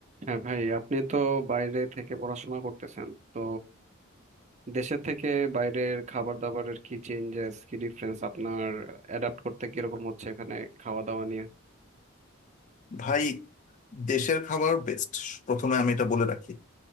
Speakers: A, on the right; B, on the left.
A: হ্যাঁ ভাই আপনি তো বাইরে থেকে পড়াশোনা করতেছেন তো দেশে থেকে বাইরের খাবার দাবারের কি চেঞ্জেস কি ডিফারেন্স আপনার অ্যাডাপ্ট করতে কিরকম হচ্ছে এখানে খাওয়া দাওয়া নিয়ে
B: ভাই দেশের খাবার বেস্ট প্রথমে আমি এটা বলে রাখি